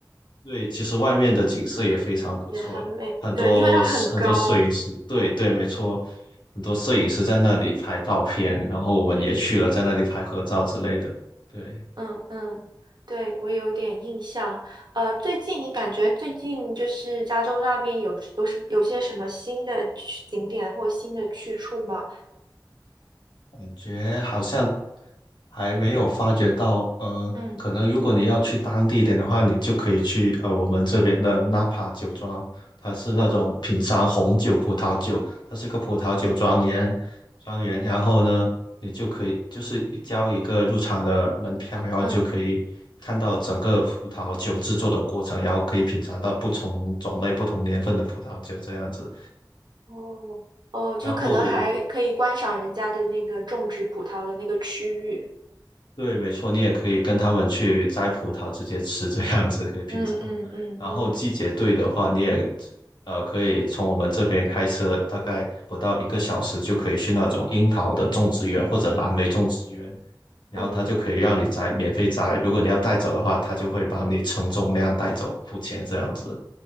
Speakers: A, on the left; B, on the right.
A: 对，其实外面的景色也非常不错，
B: 也很美，
A: 很多很多摄影师，
B: 对，因为它很高。
A: 对对，没错，很多摄影师在那里拍照片，
B: 嗯。
A: 然后我们也去了，在那里拍合照之类的。对，
B: 嗯嗯，对，我有点印象。呃，最近你感觉最近就是加州那边有有什有些什么新的去景点或新的去处吗？
A: 感觉好像还没有发觉到，呃，
B: 嗯，
A: 可能如果你要去当地一点的话，你就可以去呃我们这边的纳帕酒庄，它是那种品尝红酒、
B: 哦，
A: 葡萄酒，它是个葡萄酒庄园，庄园，然后呢，你就可以就是一交一个入场的门票，然后你就可以看到整个葡萄酒制作的过程，
B: 嗯，
A: 然后可以品尝到不同种类、不同年份的葡萄酒这样子。
B: 哦哦，就可能还可以观赏人家的那个种植葡萄的那个区域。
A: 然后对，没错，你也可以跟他们去摘葡萄直接吃，这样子可以品尝。
B: 嗯嗯嗯嗯，
A: 然后季节对的话，你也呃可以从我们这边开车，大概不到一个小时就可以去那种樱桃的种植园或者蓝莓种植园，然后他就可以让你摘，
B: 嗯嗯。
A: 免费摘。如果你要带走的话，他就会帮你称重量带走，付钱这样子。